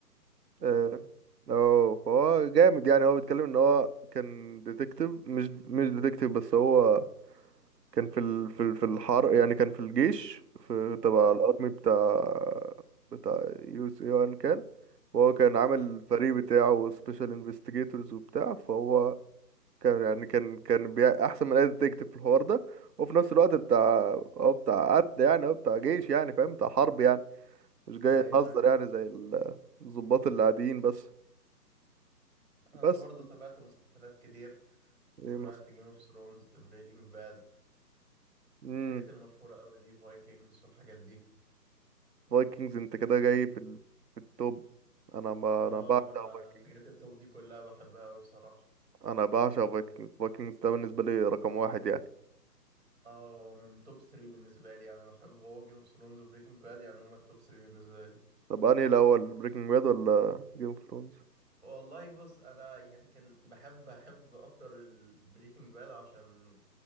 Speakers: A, on the right; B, on the right.
A: اه
B: والله
A: اه، فهو جامد يعني هو بيتكلم ان هو كان ديتكتيف مش مش ديتكتيف بس هو كان في ال... في ال... في الحرب يعني كان في الجيش في تبع
B: اه
A: الارمي بتاع بتاع يو اس اي وان كان وهو كان عامل
B: اي
A: فريق بتاعه سبيشال انفستيجيتورز وبتاع فهو كان يعني كان كان بيع... احسن من اي ديتكتيف في الحوار ده وفي نفس الوقت بتاع
B: آه.
A: هو بتاع قتل يعني هو بتاع جيش يعني فاهم بتاع حرب يعني مش جاي
B: اي
A: يهزر
B: اي
A: يعني زي ال- الضباط اللي عاديين بس
B: انا
A: بس
B: برضو تابعت مسلسلات كتير
A: ايه
B: سمعت
A: مثلا
B: جيم اوف ثرونز بريكنج باد
A: امم
B: الحاجات المشهورة قوي دي فايكنجز والحاجات دي
A: فايكنجز انت كده جاي في ال... في التوب انا ما
B: اه
A: انا بعشق
B: وانا بقى
A: Vikings.
B: الحاجات التوب دي كلها بحبها قوي بصراحة
A: انا بعشق فايكنجز فايكنجز ده بالنسبه لي رقم واحد يعني
B: اه من توب 3 بالنسبة لي يعني بحب هو جيم اوف ثرونز وبريكنج باد يعني هما التوب 3 بالنسبة لي
A: طب انهي الاول بريكنج باد ولا جيم اوف ثرونز
B: والله بص انا يمكن بحب بحب اكتر البريكنج باد عشان